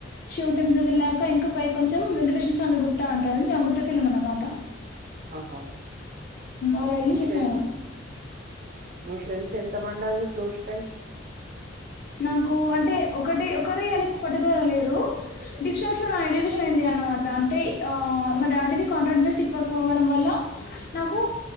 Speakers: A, on the left; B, on the right.
A: శివుడు టెంపుల్ కెళ్ళాక ఇంకా పై కొంచం వెంకటేశ్వర స్వామి గుట్ట అంటా అది ది ఆ గుట్ట కెళ్ళామన్నమాట
B: ఆహా
A: అలా ఎల్లి
B: మీ
A: చూసాను.
B: ఫ్రెండ్స్ మీ ఫ్రెండ్స్ ఎంత మందాళ్ళు క్లోజ్ ఫ్రెండ్స్?
A: నాకు అంటే ఒకటి ఒకరే అని పర్టికులర్ గా లేరు. డిస్టెన్స్ లో నా ఎడ్యుకేషన్ అయింది అన్నవ డా అంటే ఆ మా డాడీ ది కాంట్రాక్ట్ బేసిక్ వర్క్ అవ్వడం వల్ల, నాకు